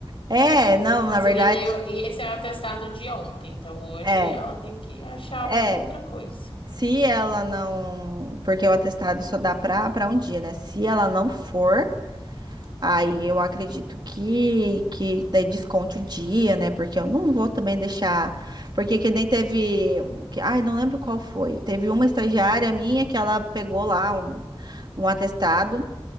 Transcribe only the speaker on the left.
E seria
daí, e esse é o atestado de ontem, então hoje
ela tem que achar
alguma outra coisa.